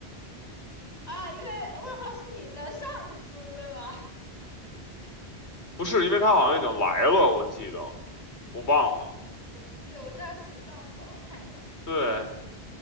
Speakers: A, on the left; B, on the left.
A: 啊，因为问号是你的上司，对吗？
B: 不是因为他好像已经来了，我记得，我忘了。
A: 我不记我不记得，我知道是你上次，等会儿看一下。
B: 对